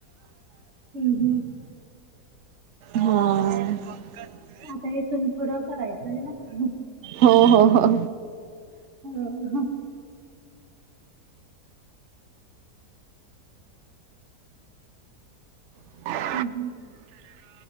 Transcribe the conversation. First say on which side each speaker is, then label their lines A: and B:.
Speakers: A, on the right (about 45°); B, on the right (about 75°).
A: हम्म हम्म
B: हो काय <inaudible>
A: आता इथून पुढं करायचं आहे ना.
B: हो हो हो हो
A: हो <inaudible>
B: ह <inaudible>
A: हम्म हम्म